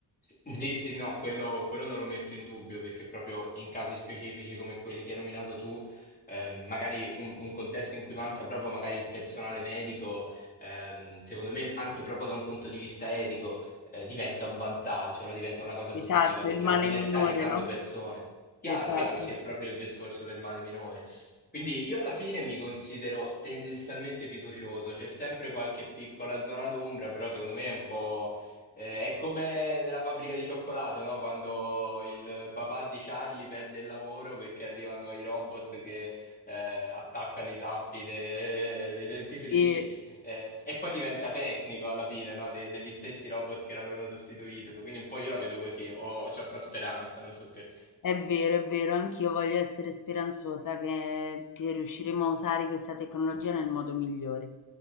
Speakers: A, on the left; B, on the left.
A: Sì, sì, no, quello, quello non lo metto in dubbio perché proprio in casi specifici come quelli che hai nominato tu, ehm, magari un, un contesto in cui manca proprio magari il personale medico, ehm, secondo me anche proprio da un punto di vista etico, eh, diventa un vantaggio, no? Diventa una cosa
B: Esatto,
A: positiva perché
B: il male
A: alla fine
B: minore,
A: stai aiutando
B: no?
A: persone. Chiaro,
B: Esatto.
A: chiaro, sì, è proprio il discorso del male minore. Quindi io alla fine mi considero tendenzialmente fiducioso, c'è sempre qualche piccola zona d'ombra, però secondo me è un po'... Eh, è come nella fabbrica di cioccolato, no? Quando il papà di Charlie perde il lavoro perché arrivano i robot che eh, attaccano i tappi de- dei dentifrici
B: Sì,
A: eh, e poi diventa tecnico alla fine, no? De- degli stessi robot che l'avevano sostituito. Quindi un po' io la vedo così, ho, ho sta speranza, non so te.
B: è vero, è vero, anch'io voglio essere speranzosa che, che riusciremo a usare questa tecnologia nel modo migliore.